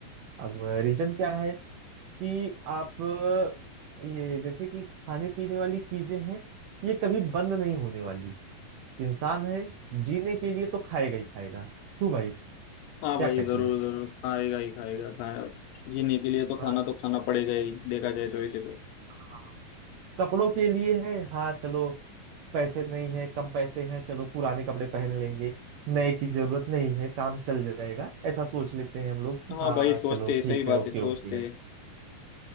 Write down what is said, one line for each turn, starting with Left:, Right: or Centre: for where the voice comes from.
Right: अब रीजन क्या है कि आप अ, ये जैसे कि खाने पीने वाली चीजें हैं ये कभी बंद नहीं होने वाली इंसान है जीने के लिए तो खाएगा ही खाएगा क्यों भाई क्या
Left: हाँ भाई
Right: कहते
Left: जरूर
Right: हो
Left: जरूर खाएगा ही खाएगा खाना जीने के लिए तो
Right: हाँ
Left: खाना तो खाना पड़ेगा ही देखा जाए तो वैसे तो
Right: हाँ। कपड़ों के लिए है हाँ चलो पैसे नहीं है कम पैसे हैं चलो पुराने कपड़े पहन लेंगे नए की जरूरत नहीं है काम चल जाएगा ऐसा सोच लेते हैं हम लोग
Left: हाँ
Right: हाँ
Left: भाई सोचते
Right: चलो
Left: हैं
Right: ठीक
Left: सही बात
Right: है ओके
Left: है सोचते
Right: ओके है
Left: हैं